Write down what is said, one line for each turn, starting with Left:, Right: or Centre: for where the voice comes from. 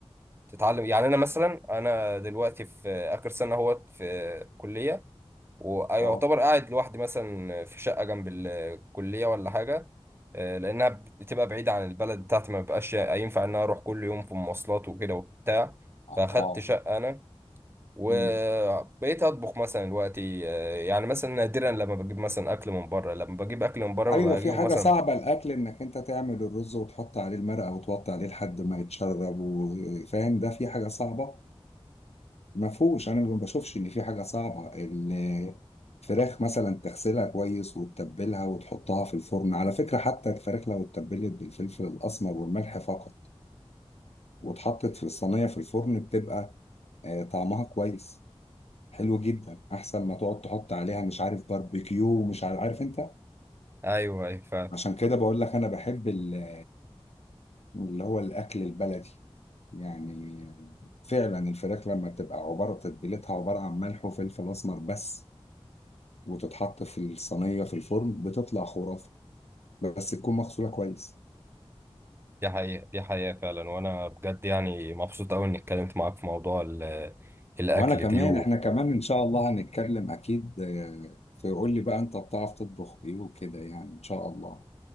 Right: تتعلم يعني انا مثلا انا دلوقتي في اخر سنه اهوت في كليه ويعتبر
Left: اه
Right: قاعد لوحدي مثلا في شقه جنب الكليه ولا حاجه آه، لانها بتبقى بعيده عن البلد بتاعتي ما بقاش ينفع ان انا اروح كل يوم في مواصلات وكده وبتاع
Left: اه
Right: فاخدت
Left: آه.
Right: شقه انا وبقيت
Left: مم.
Right: اطبخ مثلا دلوقتي آه، يعني مثلا نادرا لما بجيب مثلا اكل من بره لما بجيب اكل من بره
Left: ايوه
Right: ببقى
Left: في
Right: اجيبه
Left: حاجة
Right: مثلا
Left: صعبة الاكل انك انت تعمل الرز وتحط عليه المرقة وتوطي عليه لحد ما يتشرب وفاهم ده في حاجة صعبة ما فيهوش انا ما بشوفش ان في حاجة صعبة الفراخ مثلا تغسلها كويس وتتبلها وتحطها في الفرن على فكرة حتى الفراخ لو اتبلت بالفلفل الاسمر والملح فقط واتحطت في الصينية في الفرن بتبقى آه، طعمها كويس حلو جدا احسن ما تقعد تحط عليها مش عارف باربيكيو ومش عارف عارف انت
Right: ايوه ايوه
Left: عشان كده بقول لك انا بحب ال- اللي هو الاكل البلدي يعني فعلا الفراخ لما بتبقى عباره تتبيلتها عباره عن ملح وفلفل اسمر بس وتتحط في الصينيه في الفرن بتطلع خرافه بس تكون مغسوله كويس
Right: دي حقيقة دي حقيقة فعلا وأنا بجد يعني مبسوط أوي إني اتكلمت معاك في موضوع ال- الأكل
Left: وانا كمان
Right: دي
Left: احنا كمان ان شاء الله هنتكلم اكيد آه، فقول لي بقى انت بتعرف تطبخ ايه وكده يعني ان شاء الله